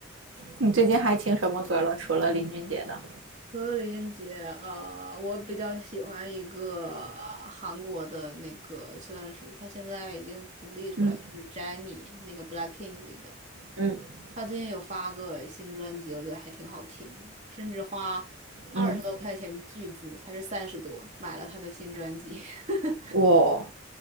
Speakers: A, on the right; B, on the right.
A: 你最近还听什么歌了？除了林俊杰的？
B: 除了林俊杰，呃，我比较喜欢一个韩国的那个，算是他现在已经独立出来，
A: 嗯
B: 就是 Jennie 那个 BLACKPINK 里的。
A: 嗯。
B: 他最近有发个新专辑，我觉得还挺好听的，甚至花二十多块钱巨资，
A: 嗯
B: 还是三十多买了他的新专辑。<laughs>
A: 我，